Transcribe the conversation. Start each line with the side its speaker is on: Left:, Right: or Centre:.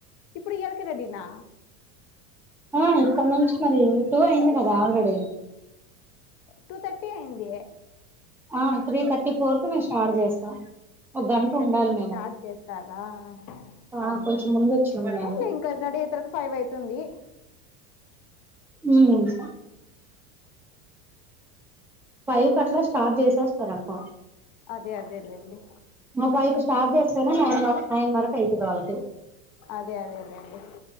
Left: ఇప్పుడు ఇయలకె రెడినా
Centre: ఆ ఇప్పటి నుంచి మరి టూ అయింది కదా ఆల్రెడీ
Left: టూ తథర్టీ అయింది
Centre: ఆ త్రీ థర్టీ ఫోర్ కి మేము స్టార్ట్ చేస్తాం ఒక గంట
Left: త్రీ థర్టీ
Centre: ఉండాలి
Left: ఫోర్
Centre: మేము
Left: స్టార్ట్ చేస్తాదా
Centre: ఆ
Left: అవునులే
Centre: కొంచెం
Left: అవునులే
Centre: ముందు వచ్చినాం మేము
Left: అవులే ఇంకా రడేతరకు ఫైవ్ అవుతుంది
Centre: ఉమ్ ఫైవ్ కాట్లా స్టార్ట్ చేసేస్తారంట
Left: అదే అదే లేండి
Centre: ఫైవ్ కి స్టార్ట్ చేస్తేనే నైన్ వా నైన్ వరకు అయితది వాళ్ళకి
Left: అదే అదే అదే అండి